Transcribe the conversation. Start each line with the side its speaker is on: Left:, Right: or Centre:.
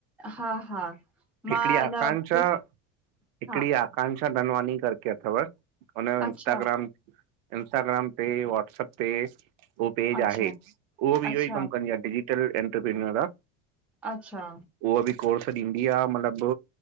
Centre: हा हा
Right: हिकड़ी
Centre: मां हिन
Right: आकांक्षा
Centre: फिस
Right: हिकिड़ी
Centre: हा
Right: आकांक्षा धनवानी करके अथव हुनजो
Centre: अच्छा
Right: इंस्टाग्राम इंस्टाग्राम ते वॉट्सप ते उहो पेज
Centre: अच्छा
Right: आहे उहो बि इहो
Centre: अच्छा
Right: ही कम कंदी आ डिजिटल एंटरप्रन्यर आ।
Centre: अच्छा
Right: उहा बि कोर्स ॾींदी आहे मतलब